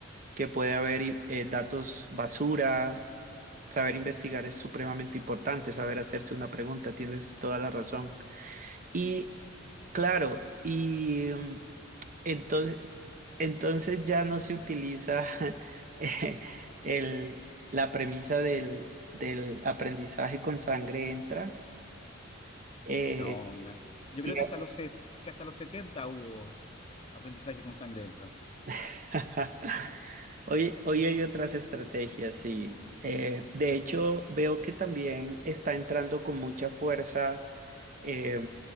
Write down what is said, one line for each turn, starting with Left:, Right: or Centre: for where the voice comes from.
Right: que puede haber y- eh, datos basura. Saber investigar es supremamente importante, saber hacerse una pregunta, tienes toda la razón. Y claro, y... mm, Entonces, entonces ya no se utiliza <laughs> eh, el- la premisa del, del aprendizaje con sangre entra. eh,
Left: No, ya. Yo creo
Right: y-
Left: que hasta los, se- que hasta los 70 hubo aprendizaje con sangre dentro.
Right: <laughs> Hoy, hoy hay otras estrategias, sí. Eh, de hecho, veo que también está entrando con mucha fuerza eh,